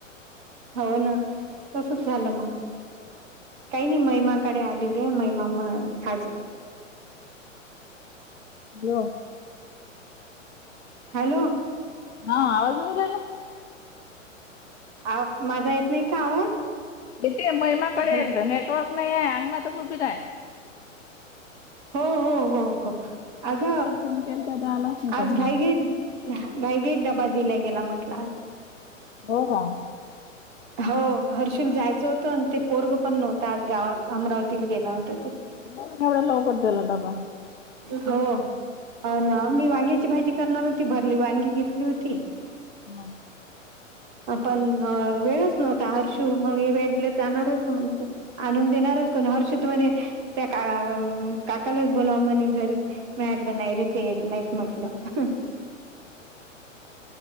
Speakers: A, on the right; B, on the left.
A: हो ना तसच झालं मग काही नाही महिमा कडे आलेली आहे महिमा खाज
B: हा
A: हॅलो
B: हा आवाज न येऊन राहिला
A: आवा माझा येत नाही का आवाज
B: इथे महिमाकडे
A: हॅलो
B: नेटवर्क नाहीये अंगणातच उभी आहे
A: हो हो हो हो
B: काल
A: अंग
B: तिथं फोन केलता तर आलाच नव्हता
A: आज घाई
B: हा
A: घे घाईगेट डबा दिला गेला म्हटल आज
B: हो हो
A: हो हर्षुल जायचं होतं आणि ते पोरग पण नव्हता आ गावात अमरावतीला गेला होता ते
B: एवढ्या लवकर दिलाडबा
A: हो ना मी वांग्याची भाजी करणार होती भरली वांगी घेतली होती
B: हा
A: आपण वेळच नव्हता हर्षू मग इव्हेंटले जाणार होत मग तू आणून देणारच कोण हर्षत म्हणे त्या काकालाच बोलावं म्हणे घरी मटलं नाही रे ते येत नाहीत म्हटलं